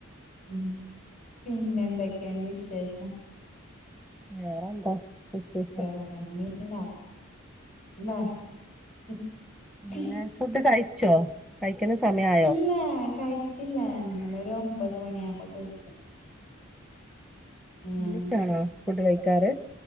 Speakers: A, on the left; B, in the centre.
A: ഉം പിന്നെ എന്തൊക്കെയാണ് വിശേഷം?
B: വേറെന്താ? വിശേഷം
A: <unintelligible>
B: പിന്നെ ഫുഡ് കഴിച്ചോ? കഴിക്കുന്ന സമയ.
A: ഇല്ല കഴിച്ചില്ല ഞങ്ങൾ ഒരു ഒമ്പത് മണിയാവുമ്പോ കഴിക്കും. ഉം
B: ഒന്നിച്ചാണോ ഫുഡ് കഴിക്കാറ്?